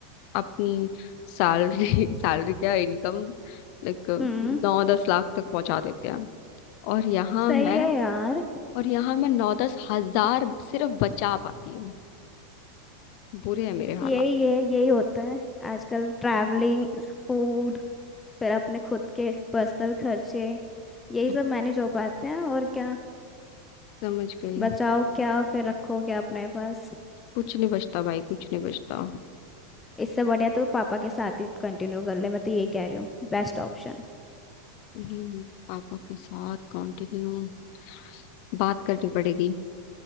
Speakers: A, on the left; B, on the left.
A: अपनी सैलरी सैलरी <laughs> क्या इनकम लाइक
B: हम्म
A: नौ दस लाख तक पहुंचा देते हैं और यहाँ
B: सही
A: मैं
B: है यार
A: और यहाँ मैं नौ दस हजार सिर्फ बचा पाती हूँ बुरे हैं मेरे हालात
B: यही है यही होता है आजकल ट्रैवलिंग फूड फिर अपने खुद के पर्सनल खर्चे यही
A: हम्म,
B: सब मैनेज हो पाते हैं और क्या
A: समझ गई
B: बचाओ क्या फिर रखो क्या अपने पास
A: कुछ नहीं बचता भाई कुछ नहीं बचता
B: इससे बढ़िया तो पापा के साथ ही कंटिन्यू कर ले मैं तो यही कह रही हूँ बेस्ट ऑप्शन
A: हम्म, पापा के साथ कंटिन्यू बात करनी पड़ेगी